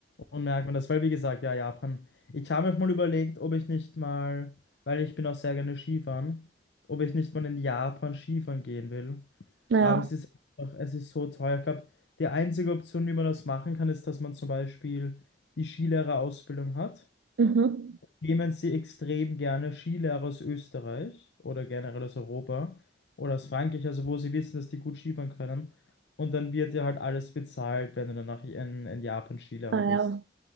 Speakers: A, on the left (about 70°); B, on the right (about 85°).
A: Und merkt man das, weil wie gesagt, ja, Japan. Ich habe mir auch mal überlegt, ob ich nicht mal, weil ich bin auch sehr gerne Skifahren, ob ich nicht mal in Japan Skifahren gehen will.
B: Naja,
A: Aber es ist einfach, es ist so teuer. Ich glaube, die einzige Option, wie man das machen kann, ist, dass man zum Beispiel die Skilehrerausbildung hat.
B: mhm.
A: Nehmen Sie extrem gerne Skilehrer aus Österreich oder generell aus Europa oder aus Frankreich, also wo Sie wissen, dass die gut Skifahren können. Und dann wird dir halt alles bezahlt, wenn du danach in, in Japan Skilehrer
B: Naja,
A: bist.